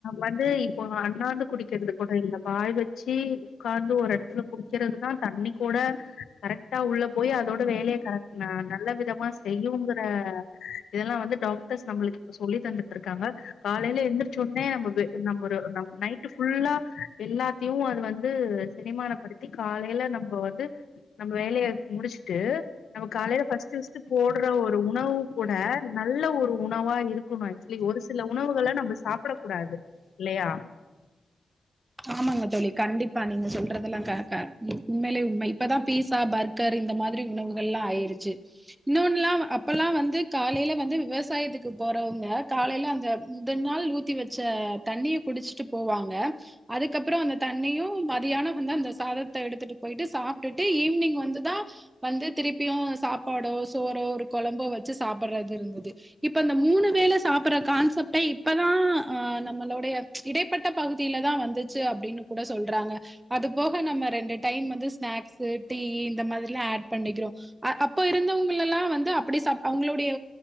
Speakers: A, on the left; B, on the right.
A: வந்து இப்போ அண்ணாண்டு குடிக்கறது கூட இல்ல வாய் வச் ச்சீ உக்காந்து ஒரு எடத்துல குடிக்கறதுதா தண்ணி கோட கரெக்டா உள்ள போய் அதோட வேலைய கரக் ந நல்ல விதமா செய்யுங்கற இதெல்லா வந்து டாக்டர்ஸ் நம்ளுக்கு இப்ப சொல்லி தந்துட்டுருக்காங்க. காலைல எந்திரச்சோட்னே நம்ம நம்ம நைட்டு ஃபுல்லா எல்லா தியு அது வந்து செரிமானப்படுத்தி காலைல நம்ப வந்து நம்ம வேலைய முடிச்ட்டு நம்ம காலேல ஃபஸ்ட்டஸ்ட் போட்ற ஒரு உணவு கூட நல்ல ஒரு உணவா இருக்குணு ஆக்சுலி ஒரு சில உணவுகள நம்ம சாப்ட கூடாது இல்லயா
B: ஆமாங்க தோழி கண்டிப்பா நீங்க சொல்றதெல்லா கக உண்மேலயே உண்ம இப்பதா பீஸா பர்கர் இந்த மாதிரி உணவுகள்ல்லா ஆய்ருச்சு இன்னோன்ல்லா அப்பல்லா வந்து காலைல வந்து விவசாயத்துக்கு போறவங்க காலைல அந்த முதன் நாள் ஊத்தி வச்ச தண்ணிய குடிச்சுட்டு போவாங்க அதுக்கப்புறோ அந்த தண்ணியு மதியானோகுந்தா அந்த சாதத்த எடுத்துட்டு போய்ட்டு சாப்ட்டுட்டு ஈவ்னிங் வந்துதான் வந்து திருப்பியு சாப்பாடோ சோறோ ஒரு குழம்போ வச்சு சாப்பட்றது இருந்தது இப்ப அந்த மூணு வேல சாப்பிட்ற கான்செப்டே இப்பதா ஆ நம்மளுடைய இடைப்பட்ட பகுதியில தா வந் துச்சு அப்டின்னு கூட சொல்றாங்க. அது போக நம்ம ரெண்டு டைம் வந்து ஸ்நாக்ஸு டீ இந்த மாதிரிலா அட் பண்ணிக்கிறோ அ அப்ப இருந்தவங்கல்லெல்லா வந்து அப்டி சாப் அவுங்களுடைய